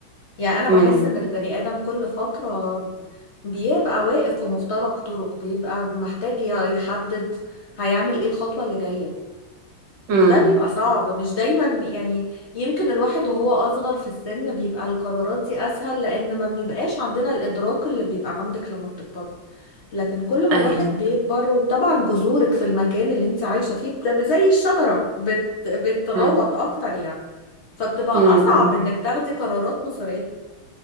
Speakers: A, on the left; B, on the right.
A: يعني انا بحس
B: امم
A: ان البني ادم كل فترة بيبقى واقف في مفترق طرق بيبقى محتاج ي- يحدد هيعمل ايه الخطوة اللي جاية وده
B: امم
A: بيبقى صعب مش دايما يعني يمكن الواحد وهو اصغر في السن بيبقى القرارات دي اسهل لان ما بنبقاش عندنا الادراك اللي بيبقى عندك لما بتكبر لكن كل ما
B: ايوه
A: الواحد بيكبر وطبعا جذورك في المكان اللي انت عايشة فيه بت- زي الشجرة بت... بتغوط
B: امم
A: اكتر يعني فبتبقى
B: امم
A: اصعب انك تاخدي قرارات مصيرية